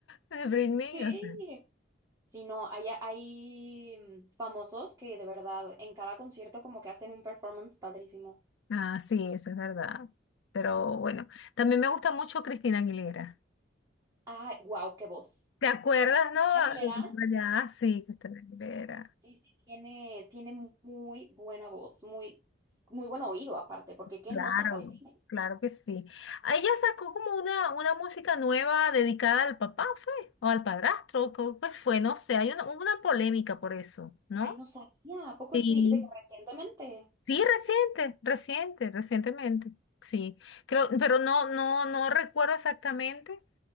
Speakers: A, on the left; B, on the right.
A: de Britney,
B: Sí.
A: o sea.
B: Si no, hay, hay mm, famosos que de verdad en cada concierto como que hacen un performance padrísimo.
A: Ah, sí, eso es verdad. Pero bueno, también me gusta mucho Cristina Aguilera.
B: Ay, wow, qué voz.
A: ¿Te acuerdas, no?
B: Aguilera.
A: Por Allá, sí, Cristina Aguilera.
B: Sí, sí, tiene, tiene muy buena voz, muy, muy buen oído aparte, porque qué
A: Claro,
B: notas alcanza.
A: claro que sí. Ah, Ella sacó como una, una música nueva dedicada al papá, ¿fue? O al padrastro, ¿qué fue? No sé, hay una, hubo una polémica por eso, ¿no?
B: Ay, no sabía, ¿a poco
A: Sí.
B: sí? De que recientemente.
A: Sí, reciente, reciente, recientemente. Sí, creo, pero no, no, no recuerdo exactamente.